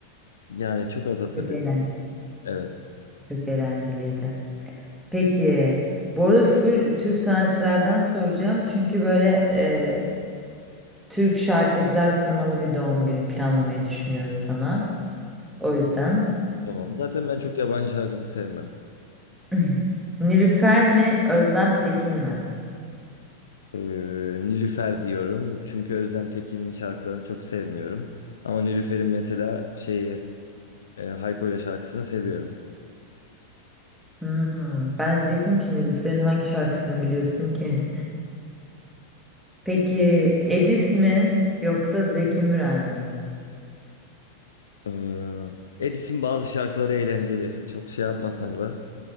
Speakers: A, on the left; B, in the centre.
A: Yani çok az hatırlıyorum.
B: Çok eğlenceli.
A: Evet.
B: Çok eğlenceliydi. Peki, bu arada full Türk sanatçılardan soracağım. Çünkü böyle e, Türk şarkıcılar temalı bir doğum günü planlamayı düşünüyoruz sana. O yüzden.
A: Tamam. Zaten ben çok yabancı şarkıcı sevmem.
B: <laughs> Nilüfer mi, Özlem Tekin mi?
A: Ee, Nilüfer diyorum. Çünkü Özlem Tekin'in şarkılarını çok sevmiyorum. Ama Nilüfer'in mesela şeyi e, Hayko ile şarkısını seviyorum.
B: Hmm, ben de diyecektim ki Nilüfer'in hangi şarkısını biliyorsun ki? Peki, Edis mi yoksa Zeki Müren mi?
A: Ee, Edis'in bazı şarkıları eğlenceli. Çok şey yapmasam da